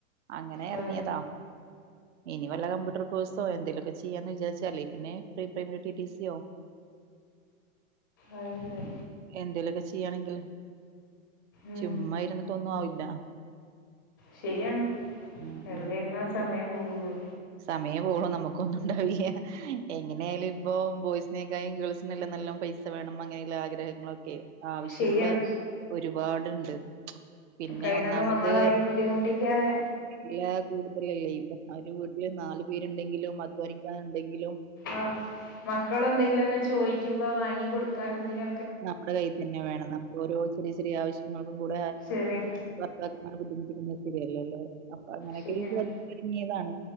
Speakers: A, on the right (about 60°); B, on the left (about 15°).
A: അങ്ങനെ
B: അതെ
A: ഇറങ്ങിയതാ ഇനി വല്ല കമ്പ്യൂട്ടർ കോഴ്സോ എന്തെലുമൊക്കെ ചെ ചെയ്യാന്ന് വിചാരിച്ചാലേ പിന്നെ പ്രീ പ്രൈമററ്റി ടി സിയിയോ
B: അതെ
A: എന്തേലൊക്കെ ചെയ്യാണെങ്കിൽ
B: ഉം
A: ചുമ്മാ ഇരുന്നിട്ടൊന്നും ആവില്ല
B: ശരിയാണ്
A: ഉം
B: വെറുതെരുന്ന
A: ഉം
B: സമയം പോവൊള്ളൂ
A: സമയം പോളൂ നമുക്കൊന്നും ഉണ്ടാവില്ല എങ്ങനെയ ആയാലും ഇപ്പൊ ബോയ്സിനേക്കായും ഗേൾസിനെല്ലാം നല്ല പൈസ വേണം അങ്ങനെയുള്ള ആഗ്രഹങ്ങളൊക്കെ ആവശ്യങ്ങള്
B: ശരിയാണ്
A: ഒരുപാടുണ്ട് പിന്നെ
B: കഴിയണതും
A: ഒന്നാമത്
B: നമ്മളെ ആരെയും ബുദ്ധിമുട്ടിക്കാതെ
A: ഇല്ല കൂടുതലല്ലേ ഇപ്പൊ അവര് വീട്ടിൽന്ന നാല് പേരുണ്ടെങ്കിലും അധ്വാനിക്കാൻ ഉണ്ടെങ്കിലും
B: ആ മക്കൾ എന്തെങ്കിലും ഒന്ന് ചോദിക്കുമ്പോ വാങ്ങിക്കൊടുക്കാന എന്തിന
A: നമ്മുടെ കയ്യിൽ തന്നെ വേണം നമുക്ക് ഓരോ ചെറിയ ചെറിയ ആവശ്യങ്ങൾക്ക് കൂടെ
B: ചെറിയ
A: ഭർത്താക്കന്മാരെ ബുദ്ധിമുട്ടിക്കുന്നത് ശരിയല്ലല്ലോ അപ്പൊ അങ്ങനെയൊക്കെ
B: ശരിയാണ്
A: വീചാരി തുങ്ങിയതാണ്